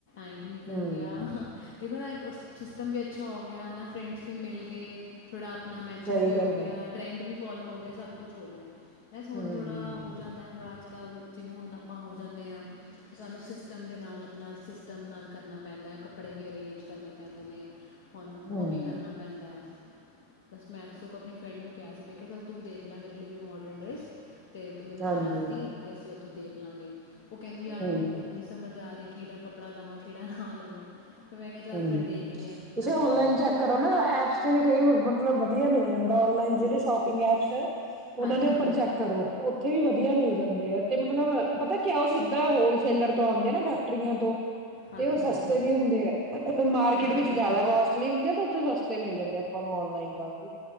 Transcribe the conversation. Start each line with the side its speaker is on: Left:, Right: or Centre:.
Left: ਏ ਵੀ ਨਿਕਲ
Centre: ਹੂੰ।
Left: ਗਿਆ ਦੇਖੋ ਨਾ ਸਿਸਟਮ ਵੀ ਅੱਛਾ ਹੋ ਗਿਆ, ਨਾ ਫਰੈਂਡਸ ਵੀ ਮਿਲ ਗਏ ਥੋੜ੍ਹਾ, ਆਪਣਾ ਮੈਚਿੰਗ
Centre: ਸਹੀ
Left: ਵੀ ਹੋ
Centre: ਗੱਲ
Left: ਗਿਆ,
Centre: ਹੈ
Left: ਟਰੈਂਡ ਵੀ ਫੋਲੋ ਹੋ ਗਿਆ, ਸਭ ਕੁਛ ਹੋ ਗਿਆ ਬਸ ਹੁਣ,
Centre: ਹੂੰ
Left: ਥੋੜਾ ਹੋ ਜਾਂਦਾ ਥੋੜਾ ਕੱਲ, ਜਿਵੇਂ ਹੁਣ <unintelligible> ਆਪਾਂ ਹੋ ਜਾਂਦੇ ਹਾਂ, ਸਾਨੂੰ ਸਿਸਟਮ ਦੇ ਨਾਲ ਆਪਣਾ ਸਿਸਟਮ ਨਾਲ ਕਰਨਾ ਪੈਂਦਾ ਕੱਪ ਕੱਪੜੇ ਵੀ ਅਰੇਂਜ ਕਰਨੇ ਪੈਂਦੇ ਨੇ, ਹੁਣ
Centre: ਹੂੰ।
Left: ਉਹ ਵੀ ਕਰਨਾ ਪੈਂਦਾ ਬਸ, ਮੈਂ ਤਾਂ ਸਗੋਂ ਆਪਣੀ ਫਰੈਂਡ ਨੂੰ ਕਿਹਾ ਸੀ ਮੈਂ ਕਿਹਾ ਚੱਲ ਤੂੰ ਦੇਖ ਲੈ ਮੇ ਲਈ ਕੋਈ ਮੋਡਰਨ ਡਰੈੱਸ, ਤੇ ਤੂੰ ਮੈਨੂੰ
Centre: ਹਾਂਜੀ
Left: ਦੱਸਦੀ ਤੇ ਅਸੀਂ ਉੱਥੋਂ ਦੇ ਪਲੈਨਿੰਗ ਉਹ ਕਹਿੰਦੀ ਯਾਰ,
Centre: ਹੂੰ।
Left: ਮੈਨੂੰ ਖੁਦ ਨਹੀਂ ਸਮਝ ਆ ਰਹੀ ਕਿਹੜਾ ਕੱਪੜਾ ਲਵਾਂ ਕਿਹੜਾ ਨਾਂ ਲਵਾਂ ਫਿਰ ਮੈਂ ਕਿਹਾ ਚੱਲ
Centre: ਹਮ,
Left: ਫਿਰ ਦੇਖਦੇ ਹਾਂ ਕਿੱਦਾਂ
Centre: ਤੁਸੀਂ ਔਨਲਾਈਨ
Left: ਕਰਨਾ
Centre: ਚੈੱਕ ਕਰੋ ਨਾ ਐਪਸ ਤੇ ਵੀ ਕਈ ਮਤਲਬ ਵਧੀਆ ਮਿਲ ਜਾਂਦਾ ਔਨਲਾਈਨ, ਜਿਹੜੇ ਸ਼ੋਪਿੰਗ ਐਪਸ ਅ ਉਹਨਾਂ
Left: ਹਾਂਜੀ
Centre: ਦੇ ਉੱਪਰ
Left: ਹਾਂਜੀ
Centre: ਚੈੱਕ ਕਰੋ, ਉਥੇ ਇਥੇ ਵੀ ਵਧੀਆ ਮਿਲ ਜਾਂਦੇ ਆ ਤੇ ਮਤਲਬ ਪਤਾ ਕਿਆ, ਉਹ ਸਿੱਧਾ ਹੋਲਸੇਲਰ ਤੋਂ ਆਉਂਦੇ ਆ ਨਾ ਫੈਕਟਰੀਆਂ ਤੋਂ
Left: ਹਾਂਜੀ
Centre: ਤੇ, ਉਹ ਸਸਤੇ
Left: ਹਾਂਜੀ
Centre: ਵੀ ਹੁੰਦੇ ਹੈ ਮਾਰਕੀਟ
Left: ਹਾਂਜੀ
Centre: ਵਿੱਚ ਜ਼ਿਆਦਾ
Left: ਹਾਂਜੀ
Centre: ਕੋਸਟਲੀ ਹੁੰਦੀ ਤਾਂ, ਉੱਥੇ ਸਸਤੇ ਮਿਲ ਜਾਂਦੇ ਆ, ਆਪਾਂ ਨੂੰ ਔਨਲਾਈਨ ਕਾਫੀ